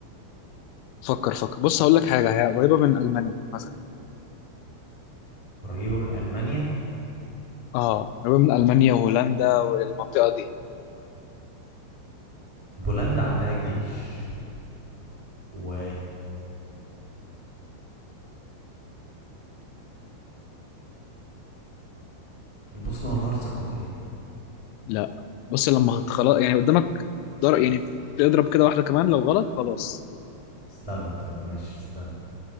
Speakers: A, on the left (about 90°); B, on the right (about 25°).
A: فكر فكر بص هقول لك حاجة هي قريبة من ألمانيا مثلا.
B: قريبة من المانيا
A: اه قريبة من المانيا وهولندا والمنطقه دي
B: بولندا عندها جيش و البوسنة والهرسك ولا ايه؟
A: لا بص لما خلاص يعني قدامك ضرب يعني تضرب كده واحده كمان لو غلط خلاص
B: استنى طيب ماشي استنى